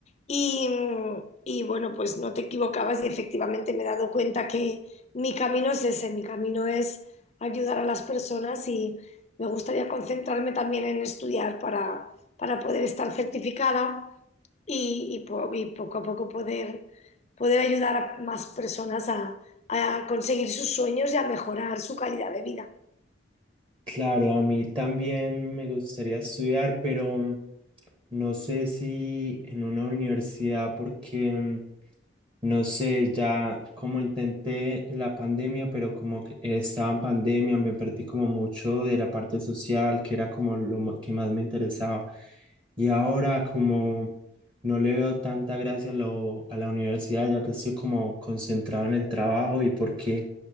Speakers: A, on the left; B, on the right.
A: y, y, bueno, pues no te equivocabas y efectivamente me he dado cuenta que mi camino es ese, mi camino es ayudar a las personas y me gustaría concentrarme también en estudiar para, para poder estar certificada y, y po- y poco a poco poder, poder ayudar a más personas a a conseguir sus sueños y a mejorar su calidad de vida.
B: Claro, a mí también me gustaría estudiar, pero no sé si en una universidad porque mm, No sé, ya como intenté la pandemia, pero como que estaba en pandemia, me perdí como mucho de la parte social, que era como lo mo- que más me interesaba. Y ahora como no le veo tanta gracia a, lo- a la universidad, ya que estoy como concentrado en el trabajo y porque